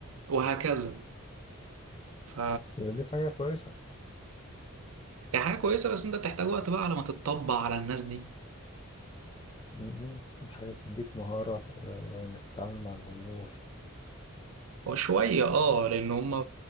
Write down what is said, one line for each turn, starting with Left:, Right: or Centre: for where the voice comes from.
Right: وهكذا ف
Left: دي حاجة كويسة
Right: هي حاجة كويسة بس انت بتحتاج وقت بقى على ما تتطبع على الناس دي
Left: م- م. حاجة تديك مهارة آه، إنك تتعامل مع الجمهور
Right: وشوية اه لان هما